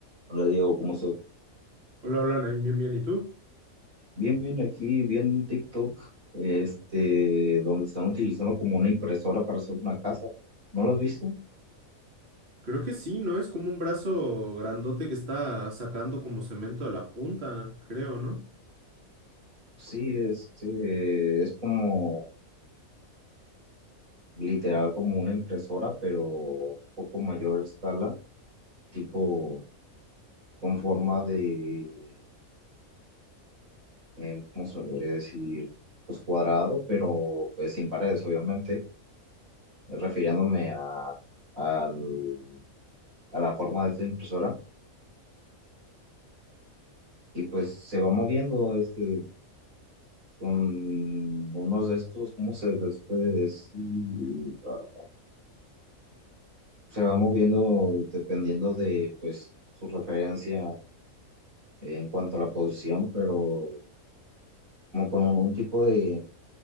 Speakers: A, on the right; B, on the right.
A: Hola Diego, ¿cómo estás?
B: Hola, hola, Naim, bien, bien, ¿y tú?
A: Bien, bien, aquí viendo un TikTok, este, donde están utilizando como una impresora para hacer una casa. ¿No lo has visto?
B: Creo que sí, ¿no? Es como un brazo grandote que está sacando como cemento de la punta, creo, ¿no?
A: Sí, este, es como literal como una impresora, pero un poco mayor escala, tipo con forma de, em, ¿cómo se lo podría decir? Pues cuadrado, pero pues sin paredes, obviamente, refiriéndome a, al- a la forma de esta impresora. y pues se va moviendo este con unos de estos, ¿cómo se les puede decir? Ah, Se va moviendo dependiendo de pues su referencia en cuanto a la posición, pero como con un tipo de,